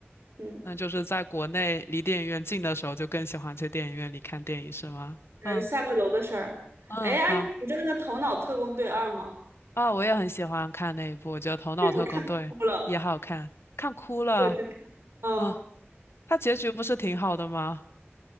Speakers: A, on the right; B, on the left.
A: 嗯，
B: 那就是在国内离电影院近的时候，就更喜欢去电影院里看电影，是吗？
A: 然后就下个楼的事儿。
B: 嗯嗯，
A: 哎，哎，
B: 好。
A: 你知道那个《头脑特工队二》吗？
B: 啊、我也很喜欢看那一部，我觉得《头脑特工队》也好看，
A: 那个我看哭了，
B: 看哭了
A: 我真的，嗯。
B: 啊。它结局不是挺好的吗？